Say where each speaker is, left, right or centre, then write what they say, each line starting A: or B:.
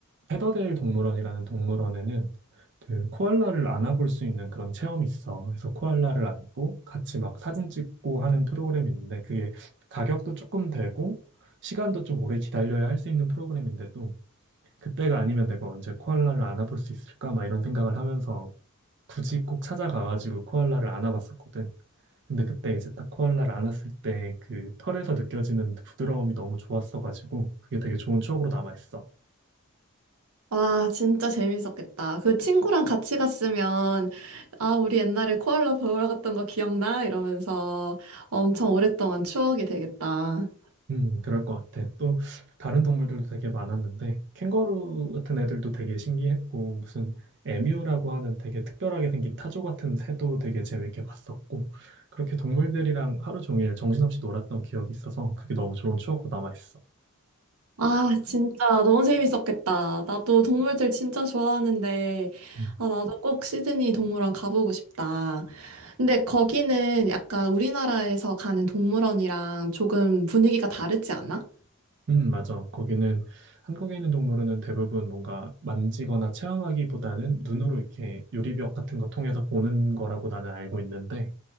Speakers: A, on the right; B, on the right.
A: 페더델 동물원이라는 동물원에는 그 코알라를 안아볼 수 있는 그런 체험이 있어. 그래서 코알라를 안고 같이 막 사진 찍고 하는 프로그램이 있는데 그게 가격도 조금 되고 시간도 좀 오래 기다려야 할 수 있는 프로그램인데도 그때가 아니면 내가 언제 코알라를 안아볼 수 있을까? 막 이런 생각을 하면서 굳이 꼭 찾아가가지고 코알라를 안아봤었거든. 근데 그때 이제 딱 코알라를 안았을 때 그 털에서 느껴지는 부드러움이 너무 좋았어가지고 그게 되게 좋은 추억으로 남아있어.
B: 와, 진짜 재밌었겠다. 그 친구랑 같이 갔으면, 아, 우리 옛날에 코알라 보러 갔던 거 기억나? 이러면서 엄청 오랫동안 추억이 되겠다.
A: 음, 그럴 것 같아. 또 다른 동물들도 되게 많았는데 캥거루 같은 애들도 되게 신기했고 무슨 에뮤라고 하는 되게 특별하게 생긴 타조 같은 새도 되게 재밌게 봤었고 그렇게 동물들이랑 하루 종일 정신없이 놀았던 기억이 있어서 그게 너무 좋은 추억으로 남아있어.
B: 아, 진짜 너무 재밌었겠다. 나도 동물들 진짜 좋아하는데,
A: 음,
B: 아, 나도 꼭 시드니 동물원 가보고 싶다. 근데 거기는 약간 우리나라에서 가는 동물원이랑 조금 분위기가 다르지 않아?
A: 음, 맞아. 거기는 한국에 있는 동물원은 대부분 뭔가 만지거나 체험하기보다는 눈으로 이렇게 유리벽 같은 거 통해서 보는 거라고 나는 알고 있는데